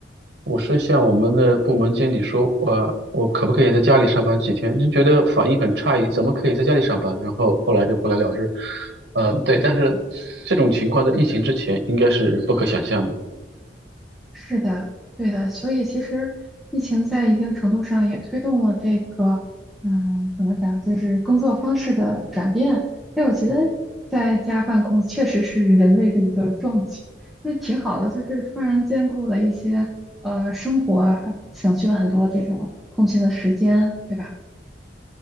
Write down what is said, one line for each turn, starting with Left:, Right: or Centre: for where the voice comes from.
Right: 我是向我们的部门经理说，我我可不可以在家里上班几天？就觉得反应很诧异，怎么可以在家里上班？然后后来就不了了之。嗯，对，但是这种情况在疫情之前应该是不可想象的。
Centre: 是的，对的，所以其实疫情在一定程度上也推动了这个，嗯，怎么讲，就是工作方式的转变。因为我觉得在家办公确实是人类的一个壮举，那挺好的，就是突然兼顾了一些呃生活啊，还省去了很多这种通勤的时间，对吧？